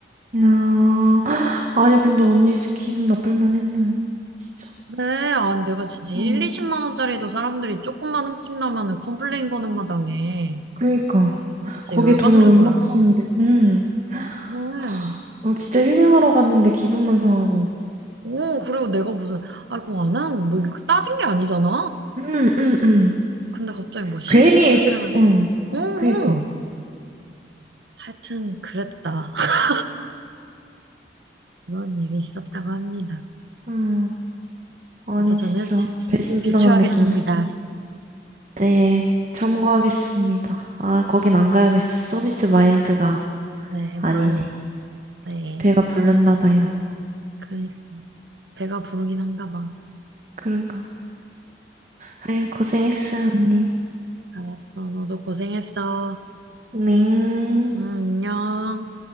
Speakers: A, on the right; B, on the right.
A: 아, <gasps> 아니, 근데 언니 수 기분 나쁠 만 했네요. 진짜.
B: 그래, 아, 내가 진짜 1,
A: 어,
B: 20만 원짜리도 사람들이 조금만 흠집 나면은 컴플레인 거는 마당에
A: 그니까.
B: 진짜
A: 거기에
B: 열받는
A: 돈을 얼마
B: 거야.
A: 썼는데, 음.
B: 그래.
A: 하, 아, 진짜 힐링하러 갔는데 기분만 상하고.
B: 오, 그리고 내가 무슨, 아이고, 안 하는 거, 뭐 이렇게 따진 게 아니잖아.
A: 음, 음, 음.
B: 근데 갑자기 뭐 CCTV를,
A: 괜히, 그- 음.
B: 오, 오.
A: 그니까.
B: 하여튼 그랬다. <laughs> 그런 일이 있었다고 합니다.
A: 음, 아니,
B: 그래서 저는
A: 진짜. 배신당한
B: 비추하겠습니다.
A: 느낌. 있어요. 네, 참고하겠습니다. 아, 거긴 안 가야겠어. 서비스 마인드가
B: 네,
A: 아니네.
B: 별로입니다. 네.
A: 배가 불렀나 봐요.
B: 그러니까 배가 부르긴 한가 봐.
A: 그런가 봐. 아유, 고생했어, 언니.
B: 알았어. 너도 고생했어.
A: 네.
B: 응, 안녕.